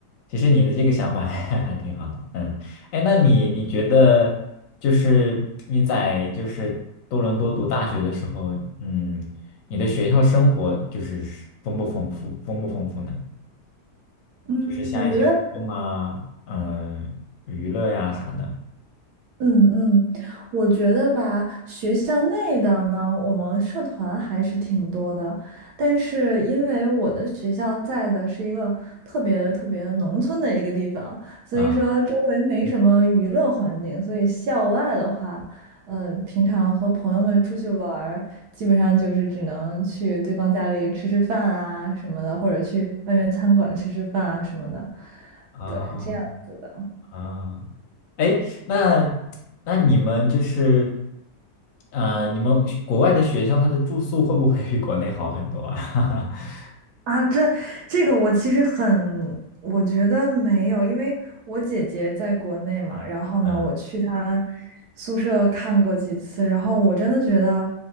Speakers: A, on the left (about 65°); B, on the right (about 75°).
A: 其实你的这个想法还 <laughs> 还挺好的，嗯，哎，那你你觉得就是你在就是多伦多读大学的时候，嗯，你的学校生活就是丰不丰富，丰不丰富呢？
B: 嗯，
A: 就是像一些活动啊，
B: 我觉得。
A: 嗯，娱乐呀啥的，
B: 嗯嗯，我觉得吧，学校内的呢，我们社团还是挺多的，但是因为我的学校在的是一个特别特别农村的一个地方，所以说周围没什么娱乐环境，
A: 啊
B: 所以校外的话，嗯、平常和朋友们出去玩儿，基本上就是只能去对方家里吃吃饭啊什么的，或者去外面餐馆吃吃饭啊什么的，
A: 啊
B: 对，这样子的。
A: 啊，哎，那那你们就是，呃，你们国外的学校它的住宿会不会比国内好很多啊？<laughs>
B: 啊，这这个我其实很，我觉得没有，因为我姐姐在国内嘛，然后呢，
A: 嗯，
B: 我去她宿舍看过几次，然后我真的觉得，